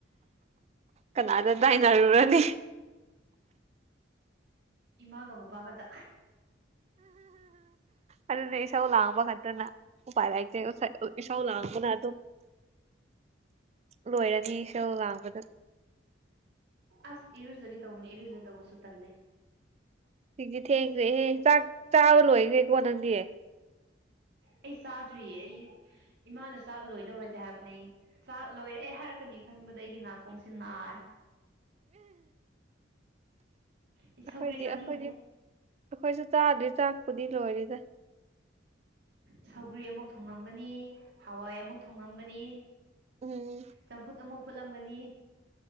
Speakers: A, on the right; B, on the right.
A: ꯀꯅꯥꯗ ꯇꯥꯏꯅꯔꯨꯔꯅꯤ
B: ꯏꯃꯥꯒ ꯕꯕꯥꯒꯗ
A: ꯑꯗꯨꯅꯦ ꯏꯁꯧ ꯂꯥꯡꯕ ꯈꯛꯇꯅ ꯎꯄꯥꯏ ꯂꯩꯇꯦ ꯎꯁꯩ ꯏꯁꯧ ꯂꯥꯡꯕꯅ ꯑꯗꯨꯝ ꯂꯣꯏꯔꯦ ꯏꯁꯧꯂꯥꯡꯕꯗ
B: ꯑꯁ ꯏꯔꯨꯖꯒꯦ ꯇꯧꯕꯅꯦ ꯏꯔꯨꯖꯗꯧꯕꯁꯨ ꯇꯜꯂꯦ
A: ꯊꯦꯡꯗꯤ ꯊꯦꯡꯈ꯭ꯔꯦꯍꯦ ꯆꯥꯛ ꯆꯥꯕ ꯂꯣꯏꯈ꯭ꯔꯦꯀꯣ ꯅꯪꯗꯤ
B: ꯑꯩ ꯆꯥꯗ꯭ꯔꯤꯌꯦ ꯑꯩ ꯏꯃꯥꯅ ꯆꯥꯛ ꯂꯣꯏꯗꯧꯔꯦꯗꯤ ꯍꯥꯏꯕꯅꯦ ꯑꯩ ꯆꯥꯛ ꯂꯣꯏꯔꯦ ꯍꯥꯏꯔꯛꯀꯅꯤ ꯈꯟꯕꯗ ꯑꯩꯒꯤ ꯅꯥꯀꯣꯡꯁꯦ ꯅꯥꯔꯦ ꯑꯩ
A: ꯑꯩꯈꯣꯏꯗꯤ
B: ꯁꯧꯒ꯭ꯔꯤ ꯆꯥꯅꯤꯡꯗꯦ
A: ꯑꯩꯈꯣꯏꯗꯤ ꯑꯩꯈꯣꯏꯁꯨ ꯆꯥꯗ꯭ꯔꯤ ꯆꯥꯛꯄꯨꯗꯤ ꯂꯣꯏꯔꯦꯗ
B: ꯁꯧꯒ꯭ꯔꯤ ꯑꯃꯨꯛ ꯊꯣꯉꯝꯒꯅꯤ ꯍꯋꯥꯏ ꯑꯃꯨꯛ ꯊꯣꯡꯉꯝꯒꯅꯤ
A: ꯎꯝ
B: ꯆꯝꯐꯨꯠ ꯑꯃꯨꯛ ꯐꯨꯠꯂꯝꯒꯅꯤ